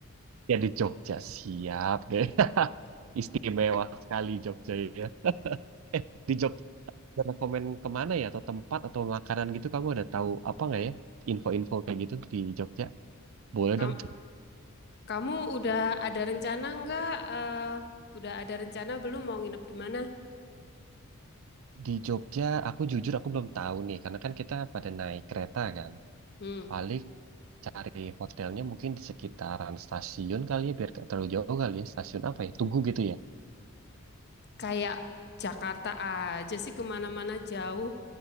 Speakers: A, on the right; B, on the left.
A: Ya di Jogja siap deh. <laughs> Istimewa sekali Jogja ya. Eh, di Jogja ada rekomen kemana ya atau tempat atau makanan gitu kamu ada tahu apa nggak ya? Info-info kayak gitu di Jogja. Boleh
B: Kam-
A: dong.
B: Kamu, udah ada rencana nggak? eh, udah ada rencana belum mau nginep di mana?
A: Di Jogja aku jujur aku belum tahu nih karena kan kita pada naik kereta kan.
B: Hmm,
A: Paling cari hotelnya mungkin di sekitaran stasiun kali ya biar nggak terlalu jauh kali ya. Stasiun apa ya? Tugu gitu ya.
B: kayak Jakarta aja sih kemana-mana jauh.